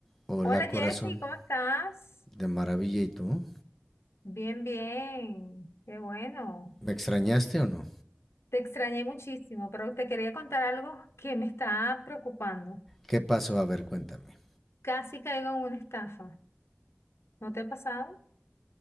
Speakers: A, in the centre; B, on the left (about 75°).
A: Hola
B: Hola
A: corazón,
B: Jessy, ¿cómo estás?
A: de maravilla y tú.
B: Bien, bien, qué bueno.
A: ¿Me extrañaste o no?
B: Te extrañé muchísimo, pero te quería contar algo que me está preocupando.
A: ¿Qué pasó? A ver, cuéntame.
B: Casi caigo en una estafa. ¿No te ha pasado?